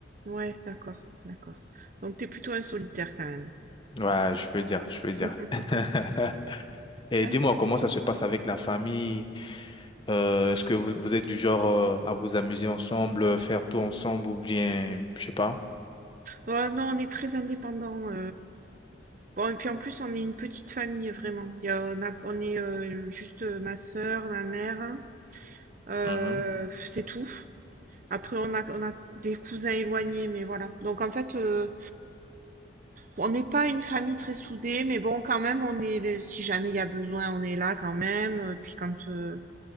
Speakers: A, on the right; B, on the left.
A: Ouais, d'accord, d'accord. Donc t'es plutôt un solitaire quand même.
B: Ouais, je peux dire, je peux dire.
A: <laughs>
B: <laughs> Et
A: D'accord.
B: dis-moi, comment ça se passe avec la famille? Euh, est-ce que vous, vous êtes du genre euh, à vous amuser ensemble, euh, faire tout ensemble ou bien, je sais pas.
A: Ouais, non, on est très indépendant. Bon, et puis en plus, on est une petite famille, vraiment. Il y a- on a- on est euh, juste euh, ma sœur, ma mère, hein. euh,
B: Mhm,
A: c'est tout. Après, on a, on a des cousins éloignés, mais voilà. Donc en fait, euh, on n'est pas une famille très soudée, mais bon, quand même, on est, les- si jamais il y a besoin, on est là quand même. Euh, Puis quand euh,